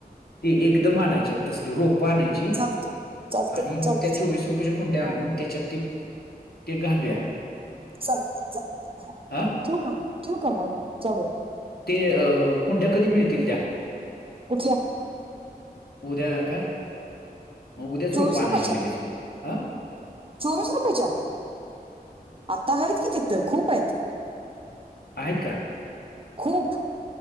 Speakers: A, on the left (about 75°); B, on the right (about 35°).
A: ती
B: हम्म.
A: एकदम आणायचे तसली रोप आणाय ची.
B: चालते चालते
A: आणि
B: चालते
A: मग त्या चोवीस
B: चालते
A: रुपयाच्या कुंड्या आणून
B: हा
A: त्याच्यात ते ते घालूया.
B: चालतय चालतय हा.
A: हां?
B: ठेवू का मग ठेवू का मग? चालेल.
A: ते कुंड्या कधी मिळतील त्या?
B: उद्या.
A: उद्या का मग उद्याच
B: चोवीस
A: रोप आणायची
B: रुपयाच्या
A: लगेच मग ह.
B: चोवीस रुपयाच्या आत्ता आहेत कि तिथं खूप आहेत.
A: आहेत का
B: खूप